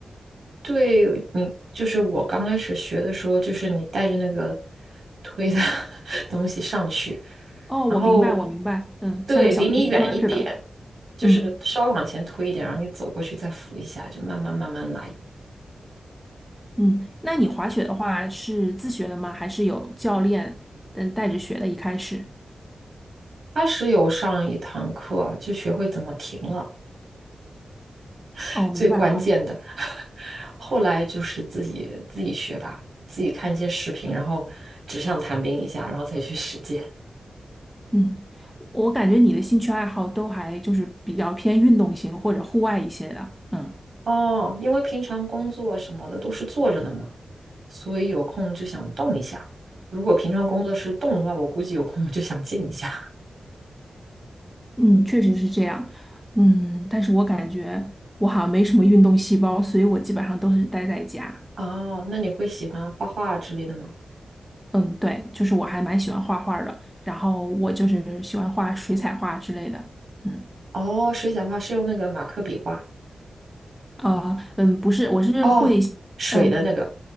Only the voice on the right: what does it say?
对你，就是我刚开始学的时候，就是你带着那个推的 <laughs> 东西上去，
然后
对，
离你远一点，就是稍微往前推一点，
然后你走过去再扶一下，就慢慢慢慢来。
他是有上一堂课啊，就学会怎么停了，<laughs>
最关键的。
<laughs> 后来就是自己自己学吧，自己看一些视频，然后纸上谈兵一下，然后再去实践。
哦，因为平常工作什么的都是坐着的嘛，所以有空就想动一下。如果平常工作是动的话，我估计有空我就想静一下。<laughs>
哦，那你会喜欢画画之类的吗？
哦，水彩画是用那个马克笔画。
哦，水的那个，